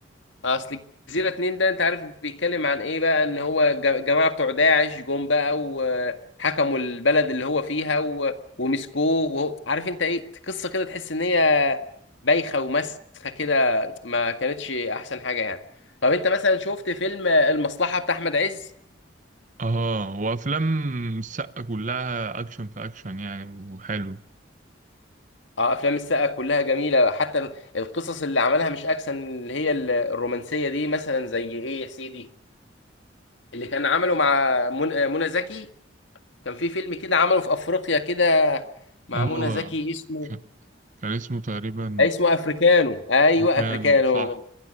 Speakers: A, on the left; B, on the right.
A: اصل الجزيره اتنين ده انت عارف بيتكلم عن ايه بقى ان هو ج- جماعه بتوع داعش جم بقى وحكموا البلد اللي هو فيها و... ومسكوه وهو- عارف انت ايه قصه كده تحس ان هي بايخه ومسخه كده ما كانتش احسن حاجه يعني طب انت مثلا شفت فيلم المصلحه بتاع احمد عز
B: اه وافلام السقا كلها اكشن في اكشن يعني وحلو
A: اه افلام السقا كلها جميله حتى ال- القصص اللي عملها مش اكشن اللي هي ال- الرومانسيه دي مثلا زي ايه يا سيدي اللي كان عمله مع من- منى زكي كان في فيلم كده عمله في افريقيا كده مع
B: اه
A: منى زكي اسمه
B: ك- كان اسمه تقريبا
A: اسمه افريكانو ايوه
B: كانوا
A: افريكانو
B: صح